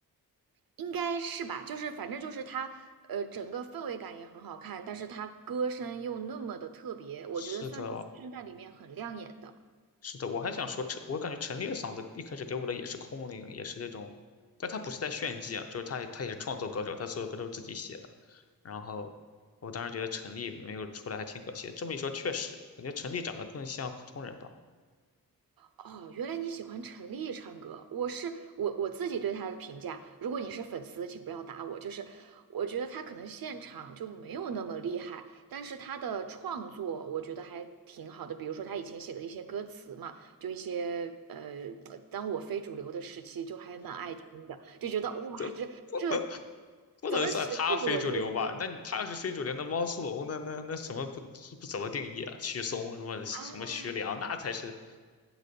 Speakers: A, on the right; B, on the left.
A: 应该是吧，就是反正就是他，呃，整个氛围感也很好看，但是他歌声又那么的特别，我觉得算是新生代里面很亮眼的。
B: 是的，是的，我还想说陈，我感觉陈粒的嗓子一开始给我的也是空灵，也是那种，但他不是在炫技啊，就是他他也是创作歌手，他所有歌都是自己写的。然后我当时觉得陈粒没有出来还挺可惜。这么一说，确实感觉陈粒长得更像普通人吧，
A: 哦，原来你喜欢陈粒唱歌。我是我我自己对她的评价，如果你是粉丝，请不要打我。就是我觉得她可能现场就没有那么厉害，但是她的创作我觉得还挺好的。比如说她以前写的一些歌词嘛，就一些呃，当我非主流的时期，就还蛮爱听的，就觉得哇，
B: 这不能
A: 这这
B: 不能算他非主流吧？
A: 怎么写这么文绉绉
B: 那你他要是非主流，那汪苏泷那那那什么不不怎么定义啊？许嵩什么什么徐良那才是
A: 啊？